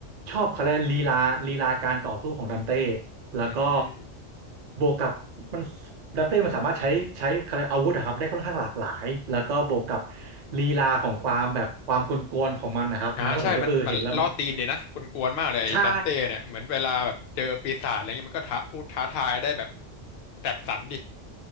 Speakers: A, on the right; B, on the left.
A: ชอบเขาเรียกลีลาลีลาการต่อสู้ของดันเต้แล้วก็
B: อืม
A: บวกกับมันดันเต้มันสามารถใช้ใช้เขาเรียกอาวุธอะครับได้ค่อนข้างหลากหลายแล้วก็บวกกับลีลาของความแบบความกลวนๆของมันนะครับทำให้ผมรู้สึกเออเห็นแล้วมัน
B: อ่าใช่มันมันล่อตีนดีนะกวนๆมากเลยไอ้ดันเต้เนี่ยเหมือนเวลาแบบเจอปีศาจอะไรเงี้ยมันก็ท้าพูดท้าทายได้แบบ
A: ใช่
B: แสบสันดิ